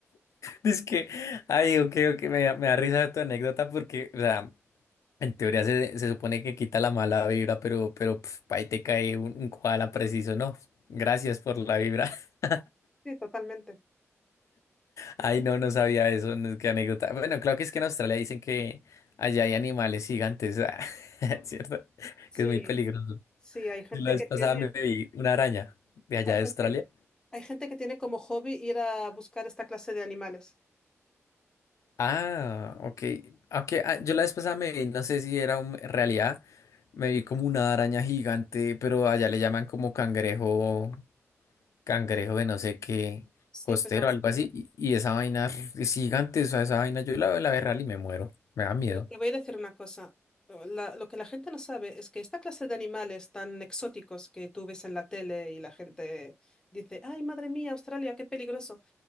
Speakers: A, on the left (about 80°); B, on the left (about 15°).
A: Dice que, ay, ok, ok, me, da- me da risa tu anécdota porque, o sea, En teoría se, se supone que quita la mala vibra, pero, pero pf, ahí te cae un, un koala preciso, ¿no? Gracias por la vibra. <laughs>
B: Sí, totalmente.
A: Ay, no, no sabía eso, no, qué anécdota. Bueno, claro que es que en Australia dicen que allá hay animales gigantes, <laughs> ah, ¿cierto?
B: Sí,
A: Que es muy peligroso.
B: sí, hay gente
A: Yo la vez
B: que
A: pasada
B: tiene
A: me vi una araña de allá
B: Hay
A: de
B: gente,
A: Australia.
B: hay gente que tiene como hobby ir a buscar esta clase de animales.
A: Ah, ok. Ok, ah, yo la vez pasada me vi, no sé si era un- realidad, me vi como una araña gigante, pero allá le llaman como cangrejo cangrejo de no sé qué,
B: Sí,
A: costero,
B: pero
A: algo así, y, y esa vaina es gigante, o sea, esa vaina yo la veo en la veo real y me muero, me da miedo.
B: yo te voy a decir una cosa. Oh, La- lo que la gente no sabe es que esta clase de animales tan exóticos que tú ves en la tele y la gente dice, ay, madre mía, Australia, qué peligroso.